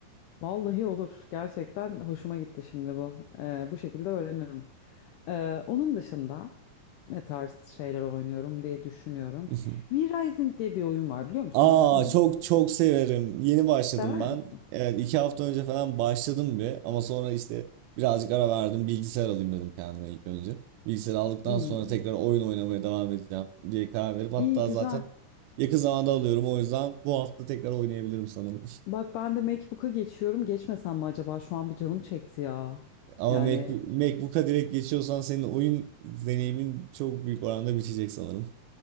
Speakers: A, on the left; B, on the right.
A: Vallahi olur. Gerçekten hoşuma gitti şimdi bu. Ee, bu şekilde öğrenirim. Ee, onun dışında ne tarz şeyler oynuyorum diye düşünüyorum.
B: <laughs>
A: V-Rising diye bir oyun var biliyor musun?
B: Aa
A: Duydun mu
B: çok
A: hiç?
B: çok severim. Yeni başladım
A: Sever
B: ben.
A: misin?
B: Evet iki hafta önce falan başladım bir ama sonra işte birazcık ara verdim. Bilgisayar alayım dedim kendime ilk önce. Bilgisayar aldıktan
A: İyi.
B: sonra tekrar oyun oynamaya devam edeceğim diye karar verip hatta
A: İyi güzel.
B: zaten yakın zamanda alıyorum o yüzden bu hafta tekrar oynayabilirim sanırım.
A: Bak ben de MacBook'a geçiyorum. Geçmesem mi acaba? Şu an bir canım çekti ya.
B: <laughs> Ama
A: Yani
B: Macbook- MacBook'a direkt geçiyorsan senin oyun deneyimin çok büyük oranda bitecek sanırım.